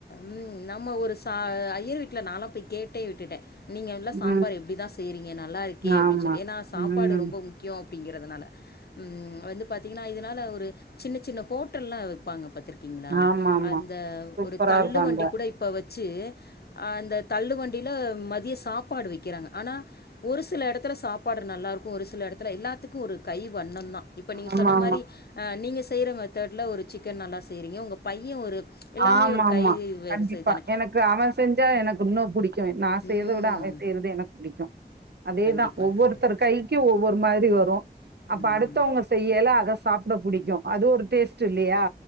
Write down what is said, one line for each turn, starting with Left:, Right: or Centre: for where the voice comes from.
Left: ம் நம்ம ஒரு ச ஐயர் வீட்ல நாலா போய் கேட்டே விட்டுட்டேன் நீங்கள் இவ்ள சாம்பார்
Right: ம்
Left: எப்டி தான் செய்கிறீங்க நல்லாருக்கே அப்டி
Right: ஆமா
Left: சொல்லி ஏன்னா சாப்பாடு
Right: ம்
Left: ரொம்ப முக்யோ அப்டிங்கிறதுனால ம் வந்து பாத்திங்கனா இத னால ஒரு சின்ன சின்ன ஹோட்டல்லா வெப்பாங்க பாத்துருக் கிங்ளா
Right: ஆமா ஆமா
Left: அந்த
Right: சூப்பரா
Left: ஒரு தள்ளு
Right: இருக்கு
Left: வண்டி
Right: அந்த
Left: கூட இப்ப வ ச்சு அந்த தள்ளுவண்டில மதிய சாப்பாடு வெக்கிறாங்க ஆனா ஒரு சில எடத்துல சாப்பாடு நல்லாருக்கு ஒரு சில எடத்துல எல்லாத் த்துக்கு ஒரு கை வண்ணொந்தா இப்ப நீங்க
Right: ஆமா
Left: சொன்ன
Right: ஆமா
Left: மாரி அ நீங்க செய்ற மெத்தட்ல ஒரு சிக்கன் நல்லா செய்றிங்க உங்க பை இ ஒரு எல்லாமே
Right: ஆமா
Left: ஒரு
Right: ஆமா
Left: கை வரிசை
Right: கண்டிப்பா
Left: தானே
Right: எனக்கு அவன் செஞ்சா எனக்கு இன்னும் பிடிக்கும் நான் செய்றத
Left: ம்
Right: விட அவன் செய்றது எனக்கு பிடிக்கும் அதேதா
Left: கண்டிப்பாக
Right: ஒவ்வொருத்தர்
Left: தோழி
Right: கைக்கு ஒவ் ஒரு மாதிரி வரு அப்ப
Left: ம்
Right: அடுத்தவங்க செய்யல அத சாப்ட புடிக்கு அது ஒரு டேஸ்ட் இல்லையா